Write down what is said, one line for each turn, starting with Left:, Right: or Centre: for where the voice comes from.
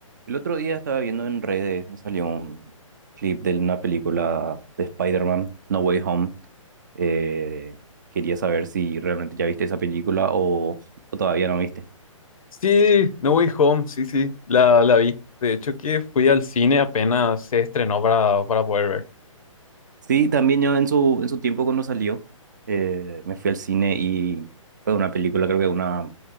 Right: El otro día estaba viendo en redes, me salió un clip de una película de Spider-Man, No Way Home. Eh, quería saber si realmente ya viste esa película o, o todavía no viste.
Left: Sí, No Way Home, sí, sí, la, la vi. De hecho que fui al cine apenas se estrenó para, para poder ver.
Right: Sí, también yo en su, en su tiempo cuando salió, eh, me fui al cine y fue una película, creo que una